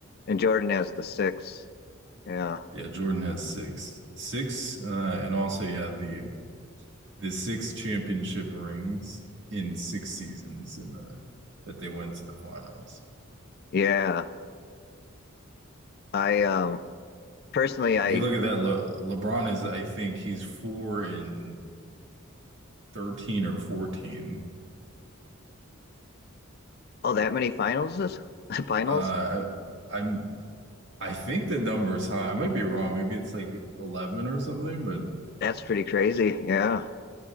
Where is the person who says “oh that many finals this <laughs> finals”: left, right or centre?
Left